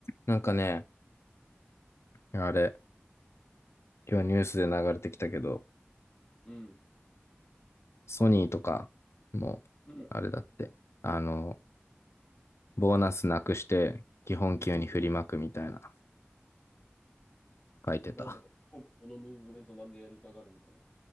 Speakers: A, on the left (about 85°); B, on the left (about 20°).
A: なんかね、あれ、今日ニュースで流れてきたけど、
B: うん。
A: ソニーとかも、
B: うん。
A: あれだって、あの、ボーナスなくして基本給に振りまくみたいな
B: うん。
A: 書いてた。
B: なんだろう。このこのムーブメントなんでやりたがるんかね。